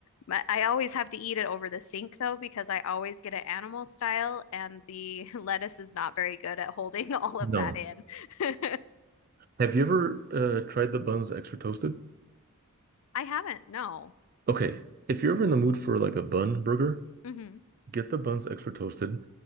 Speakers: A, on the left; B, on the right.
A: but I always have to eat it over the sink though because I always get it animal style and the <laughs> lettuce is not very good at holding <laughs> all of
B: No.
A: that in. <laughs>
B: Have you ever uh, tried the buns extra toasted?
A: I haven't, no.
B: Okay. If you're ever in the mood for like a bun burger,
A: hmm
B: get the buns extra toasted.